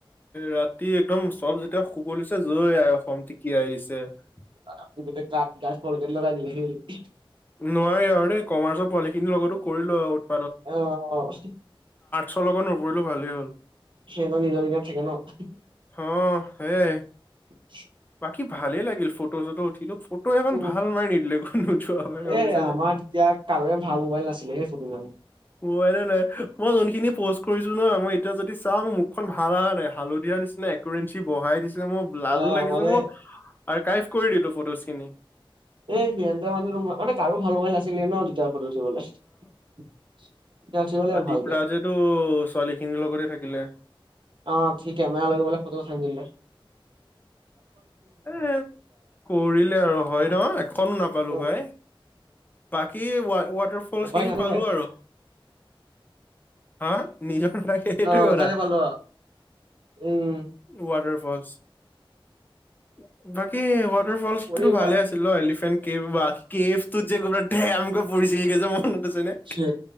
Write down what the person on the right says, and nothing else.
<unintelligible>
অ', অ'।
সটো নিজৰ নিজৰ থাকে ন'।
<unintelligible>
উম
এ
আমাৰ এতিয়া কাৰোৱে ভাল মোবাইল নাছিলে সেই ফটো জ
অ
মানে
এ সিহঁতে মানে মানে কাৰো ভাল মোবাইল নাছিলে ন' তেতিয়া <unintelligible> উঠিব লাগিব
ভালকে
অ', সি কেমেৰা লৈ গৈ পেলাই ফটোৱে উথাই নিদিলে।
উম,
উপায়
নাথাকাই
অ
তানে পালো আৰু। উম
কৰিবা
সে